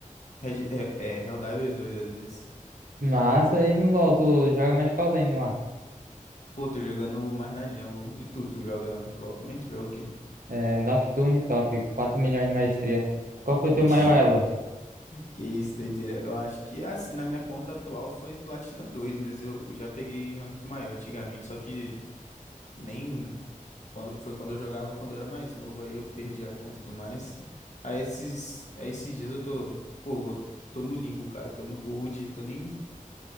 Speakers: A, on the left; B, on the right.
A: Red... é, é, Helldivers dois às vezes.
B: Massa, e no LoL, tu joga mais qual lane lá?
A: Pô, tô jogando mais na Jungle. E tu, tu joga LoL também? Tu joga o quê?
B: É, Nocturne Top, 4 milhões de maestria. Qual
A: <laughs>
B: foi teu maior
A: Que
B: elo?
A: que isso, doideira. Eu acho que assim, na minha conta atual foi Platina dois mas eu já peguei rank maior antigamente, só que nem. Quando, foi quando eu jogava quando eu era mais novo, aí eu perdi a conta e tudo mais. Aí esses, aí esses dias eu tô, pô, vou- tô no limbo, cara, tô no gold, tô nem